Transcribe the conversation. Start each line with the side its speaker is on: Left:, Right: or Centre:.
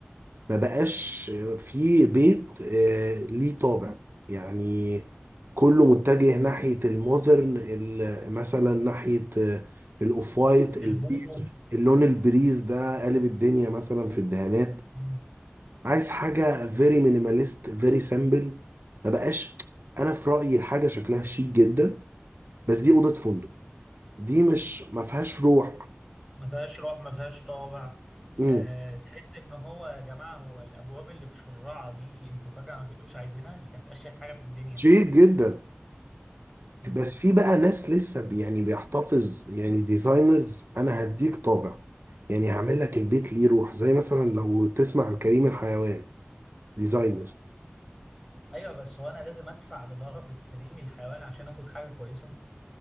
Right: ما بقاش في بيت آه، ليه طابع يعني كله متجه ناحية المودرن ال- مثلا ناحية آه، الأوف وايت البيج
Centre: البومو
Right: اللون البريز ده قالب الدنيا مثلا في الدهانات
Centre: مم.
Right: عايز حاجة فيري مينيماليست فيري سامبل ما بقاش أنا في رأيي الحاجة شكلها شيك جدا بس دي أوضة فندق دي مش ما فيهاش روح
Centre: ما فيهاش روح ما فيهاش طابع
Right: امم
Centre: أه تحس ان هو يا جماعة هو الابواب اللي بشرعة دي انتوا فجأة ما بقيتوش عايزينها دي كانت اشهر حاجة في الدنيا
Right: شيك جدا
Centre: مم.
Right: بس في بقى ناس لسه بي- يعني بيحتفظ يعني ديزاينرز انا هديك طابع يعني هعمل لك البيت ليه روح زي مثلا لو تسمع عن كريم الحيوان ديزاينر
Centre: ايوه بس هو انا لازم ادفع لدرجة كريم الحيوان عشان اخد حاجة كويسة